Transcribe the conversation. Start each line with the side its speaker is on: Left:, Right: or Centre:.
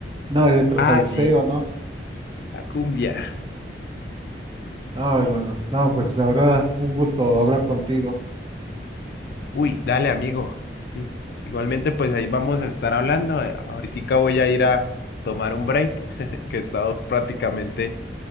Right: No, electrosalseo,
Left: Ah, sí,
Right: ¿no?
Left: la cumbia.
Right: No, hermano. No, pues la verdad, un gusto hablar contigo.
Left: Uy, dale, amigo. Sí. Igualmente, pues ahí vamos a estar hablando. Eh, Ahoritica voy a ir a tomar un break, <laughs> que he estado prácticamente